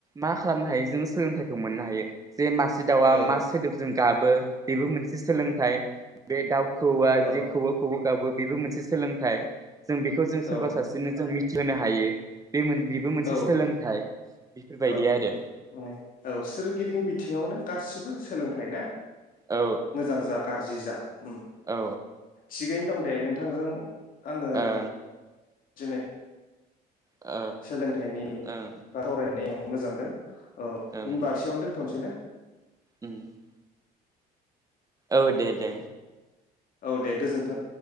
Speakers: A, on the right; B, on the left.
A: मा खालामनो हायो जों सोलोंथाइखौ मोननो हायो बेे मासे दाउआ
B: औ
A: मा सोदोबजों गाबो बेबो मोन से सोलोंथाइ बे दावखौआ
B: औ
A: जि खौव खौ गाबो बेबो मोनसे सोलोंथाइ जों बेखौ जों
B: औ
A: सोरबा सासेनो जों मिथ होनो हायो बे बेबो मोनसे
B: औ
A: सोलोंथाइ बेफोरबायदि
B: औ
A: आरो
B: माने औ सोरगिदिं बिथिङावनो गासिबो सोलोंथाइ ना
A: औ
B: मोजां जा गाज्रि जा उम
A: औ
B: थिगैनो दं दे नोंथांजों आङो
A: ओं
B: दिनै
A: ओ
B: सोलोंथाइनि
A: ओं
B: बा फरायनायनि मोजांदों औ ओमबासेयावनो
A: ओं
B: दोनथनोसै ना
A: उम औ दे दे
B: औ दे गोजोन्थों।